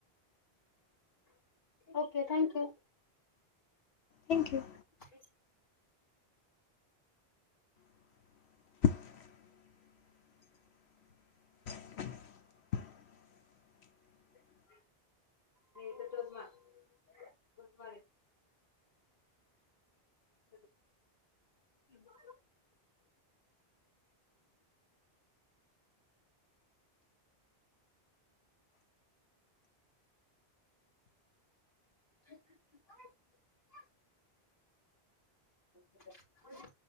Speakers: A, on the left; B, on the left.
A: ओके थँक यू
B: थँक्यू
A: <inaudible>
B: <inaudible> <inaudible>
A: <unintelligible> <unintelligible> हम्म <inaudible> <unintelligible> <inaudible>